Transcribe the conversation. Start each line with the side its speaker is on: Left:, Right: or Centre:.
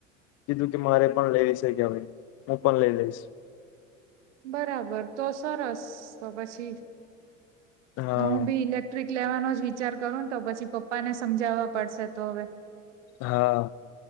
Left: કીધું કે મારે પણ લેવી છે કે હવે હું પણ લઈ લઈશ
Right: બરાબર તો સરસ તો પછી
Left: હા
Right: હું ભી ઇલેક્ટ્રિક લેવાનો જ વિચાર કરુંને તો પછી પ પ્પા ને સમજાવવા પડશે તો હવે.
Left: હા